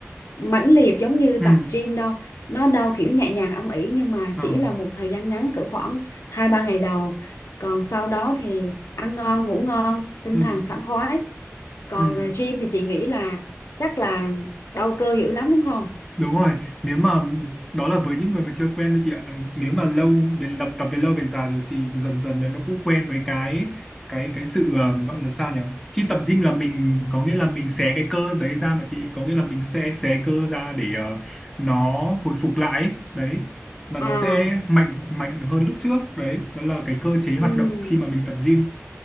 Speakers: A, on the left; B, in the centre.
A: mãnh liệt giống như tập
B: ừ
A: gym đâu nó đau kiểu nhẹ nhàng âm ỉ nhưng mà
B: ờ
A: chỉ là một thời gian ngắn cỡ khoảng hai ba ngày đầu còn sau đó thì ăn ngon ngủ ngon tinh
B: ừ
A: thần sảng khoái còn
B: ừ
A: à, gym thì chị nghĩ là chắc là đau cơ dữ lắm đúng không
B: Đúng rồi, nếu mà đó là với những người mà chưa quen thôi chị ạ. Nếu mà lâu về lập tập về lâu về dài rồi thì dần dần là nó cũng quen với cái cái cái sự ờ, gọi là sao nhỉ? Khi tập gym là mình có nghĩa là mình xé cái cơ đấy ra mà chị, có nghĩa là mình sẽ xé cơ ra để ờ, nó hồi phục lại ấy. Đấy. Và nó
A: à
B: sẽ mạnh mạnh hơn lúc trước. Đấy, đó là cái cơ chế hoạt
A: ừ
B: động khi mà mình tập gym